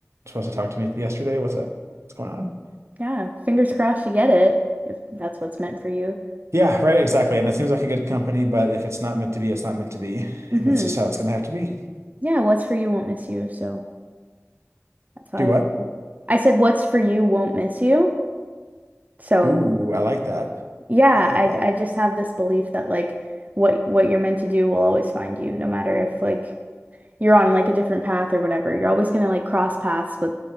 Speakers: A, on the right; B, on the right.
A: Supposed to talk to me yesterday? What's up? What's going on?
B: Yeah. Fingers crossed you get it if that's what's meant for you.
A: Yeah, right, exactly. And it seems like a good company, but if it's not meant to be, it's not meant to be.
B: Mm-hmm.
A: And that's just how it's gonna have to be.
B: Yeah, what's for you won't miss you. So that's how
A: Do what?
B: I I said what's for you won't miss you. So
A: Ooh, I like that.
B: Yeah,
A: I like
B: I
A: that.
B: I just have this belief that like what what you're meant to do will always find you, no matter if like you're on like a different path or whatever. You're always gonna like cross paths with